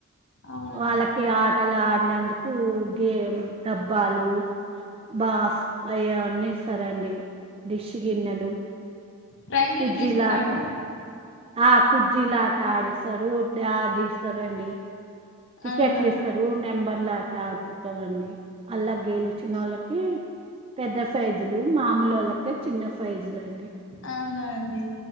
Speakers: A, on the left; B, on the right.
A: అవునా
B: వాళ్ళకి
A: అండి.
B: ఆటలు ఆ అందుకు గేమ్ డబ్బాలు బాస్ అవివన్నీ ఇస్తారండి దిక్ష గిన్నెలు
A: ప్రైజులకి
B: కుజ్జీలాట
A: ఎట్లా ఇస్తారా అండి
B: ఆ కుజ్జీలాట ఆడిస్తారు ఆడిస్తారుండి టికెట్లు
A: అవునా!
B: ఇస్తారు నెంబర్ లాట కుట్టవండి అల్లా గేలుచిన వాళ్ళకి పెద్ద ఫైజులు మామూలు వాళ్ళక చిన్న ఫైజులు అండి
A: అవునా అండి